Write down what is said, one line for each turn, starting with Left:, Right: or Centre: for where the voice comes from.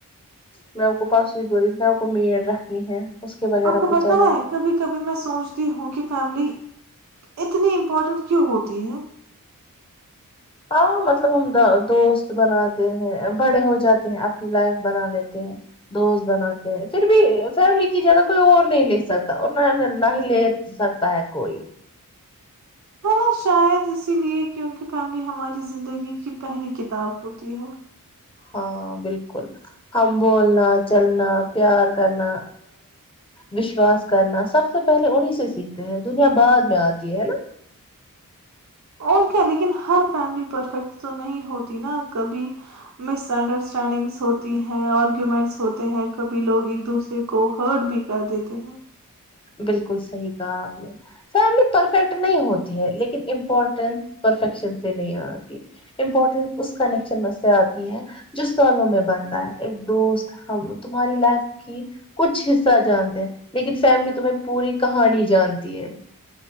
Left: میں آپ کو پاس سوئی ب رہی تھی ن آپ کو میڑ رکھنی ہے اس کے وغیرہ
Right: آپ کو پتا
Left: چلے
Right: ہے کبھی کبھی میں سوچتی ہوں کہ فیملی اتنی امپورٹنٹ کیوں ہوتی ہیں
Left: ہاں مطلب ہم دوست بناتے ہیں بڑے ہو جاتے ہیں اپنی لائف بنا لیتے ہیں دوست بناتے ہیں پھر بھی فیملی کی جگہ کوئی اور نہیں لے سکتا اور نہ نہ ہی لے سکتا ہے کوئی
Right: ہے نا شاید اسی لیے کیونکہ فیملی ہماری زندگی کی پہلی کتاب ہوتی ہے
Left: ہاں بالکل ہم بولنا چلنا پیار کرنا وشواس کرنا سب سے پہلے انیں سے سیکھتے ہیں دنیا بعد میں آتی ہے ہے نا
Right: اور کیا لیکن ہر فیملی پرفیکٹ تو نہیں ہوتی نا کبھی مس انڈرسٹینڈنگس ہوتی ہیں آرگومینٹس ہوتے ہیں کبھی لوگ ایک دوسرے کو ہرٹ بھی کر دیتے ہیں
Left: بالکل صحیح کہا آپ نے فیملی پرفیکٹ نہیں ہوتی ہے لیکن امپورٹینس پرفیکشن سے نہیں آتی امپورٹینٹ اس کنیکشن میں سے آتی ہے جو سالوں میں بنتا ہے ایک دوست ہم تمہاری لائف کی کچھ حصہ جانتے ہیں لیکن فیملی تو تہیں پوری کہانی جانتی ہے